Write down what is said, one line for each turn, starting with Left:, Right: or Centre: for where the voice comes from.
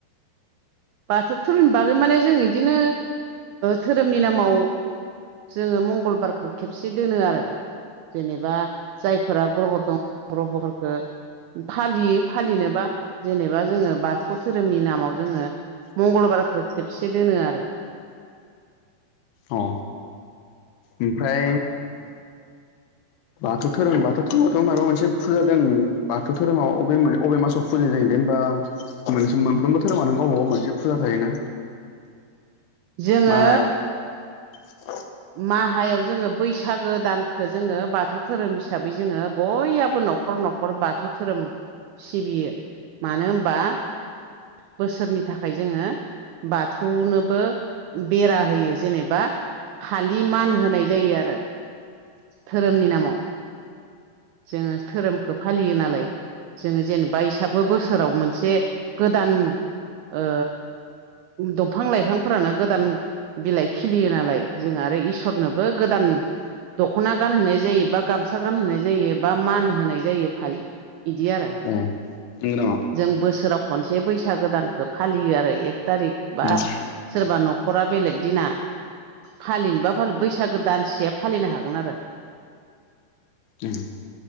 Right: बाथौ धोरोमनि बागै माने जों इदिनो धोरोमनि नामाव जोङो मंगलबारखौ खेबसे दोनो आरो जेनेबा जायफोरा ग्रह' दं ग्रह'फोरखौ फालियो फालिनोबा जेनेबा जोङो बाथौ धोरोमनि नामाव जोङो मंगलबारखौ खेबसे दोनो आरो
Left: अ ओमफ्राय बाथौ धोरोम बाथौ धोरोमावथ' माबा मोनसे फुजा दों बाथौ धोरोमाव अबे अबे मासाव फुजा जायो जेनेबा बा मोनफ्रोमबो धोरोमानो गावबागाव मोनसे फुजा थायोना
Right: जोङो
Left: मायाव <unintelligible>
Right: माहायाव जोङो बैसागो दानखौ जोङो बाथौ धोरोम हिसाबै जोङो बयहाबो न'खर न'खर बाथौ धोरोम सिबियो मानो होनबा बोसोरनि थाखाय जोङो बाथौनोबो बेरा होयो जेनेबा फालि मान होनाय जायो आरो धोरोमनि नामाव जोङो धोरोमखौ फालियो नालाय जोङो जेनेबा इसाबो बोसोराव मोनसे गोदान ओ दफां-लाइफांफोरानो गोदान बिलाइ खिलियो नालाय जों आरो इसरनोबो गोदान दख'ना गानहोनाय जायो बा गामसा गानहोनाय जायो बा मान होनाय जायो फालि बिदि आरो
Left: ए नंगौ
Right: जों बोसोराव खनसे बैसागोदानखौ फालियो आरो एक थारिख बा
Left: नामा
Right: सोरबा न'खरा बेलेग दिना फालिनोबा फालि बैसागो दानसेया फालिनो हागोन आरो
Left: उ